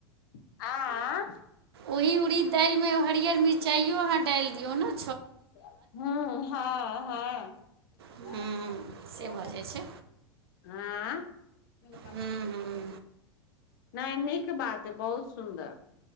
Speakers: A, on the left; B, on the right.
A: <unintelligible>
B: ओहि उड़ीद दाइल में हरियर मिरचाइयो अहाँ डाल दियौ न
A: हु हँ
B: हँ
A: हँ
B: से भऽ जाइ छै
A: <unintelligible> <unintelligible>
B: हँ हँ
A: नै नीक बात बहुत सुन्दर